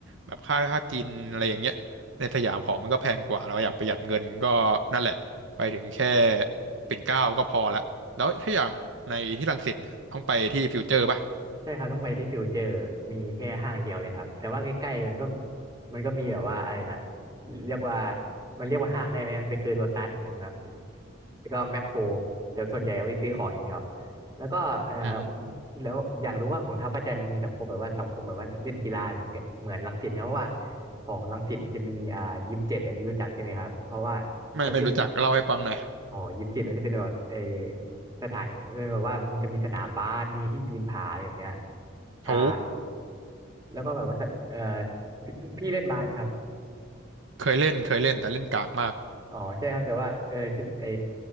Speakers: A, on the right; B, on the right.
A: แบบค่าค่ากินอะไรอย่างเงี้ยในสยามของมันก็แพงกว่าเราอยากประหยัดเงินก็นั่นแหละไปถึงแค่ปิ่นเกล้าก็พอละแล้วถ้าอย่างในที่รังสิตเนี่ยต้องไปที่ฟิวเจอร์ป่ะ
B: ใช่ครับต้องไปที่ฟิวเจอร์มีแค่ห้างเดียวเลยครับแต่ว่าใกล้ๆมันก็มันก็มีแบบว่าอะไรนะเรียกว่ามันเรียกว่าห้างได้ไหมมันเปนคือโลตัสนะครับแล้วก็แมคโครแต่ส่วนใหญ่เอาไปซื้อของอย่างเดียวแล้วก็เอ่อ
A: อืม
B: แล้วอยากรู้ว่าของท้าวประจันทร์มีสังคมแบบว่าสังคมแบบว่าเล่นกีฬาเหมือนกับเหมือนรังสิตไหมครับเพราะว่าของรังสิตมันจะมีอ่ายิมเจ็ดอันนี้รู้จักใช่ไหมครับเพราะว่าแล้วคือ
A: ไม่ไม่รู้จักเล่าให้ฟังหน่อย
B: อ๋อยิมจิตมันจะเป็นแบบเออสถานเออแบบว่ามันจะมีสนามบาสมีที่ปีนผาอย่างเงี้ยใช่
A: โอ้
B: แล้วก็แบบว่าสะเออพี่พี่เล่นบาสไหมครับ
A: เคยเล่นเคยเล่นแต่เล่นกากมาก
B: อ๋อใช่ครับแต่ว่าเออคือเออ